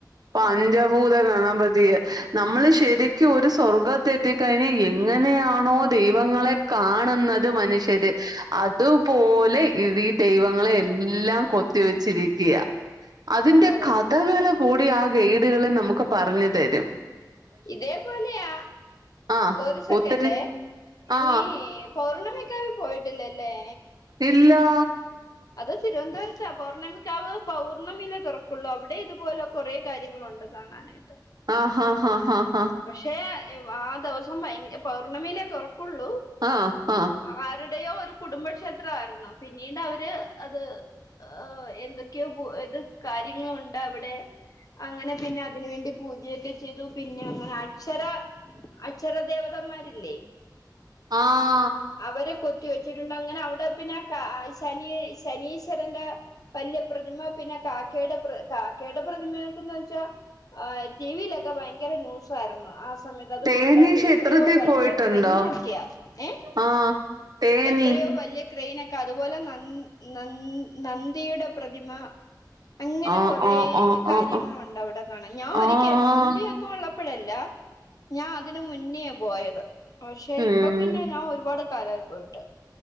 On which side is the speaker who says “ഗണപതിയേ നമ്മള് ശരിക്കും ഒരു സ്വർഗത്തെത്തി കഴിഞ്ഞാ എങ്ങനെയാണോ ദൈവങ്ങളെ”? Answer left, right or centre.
Right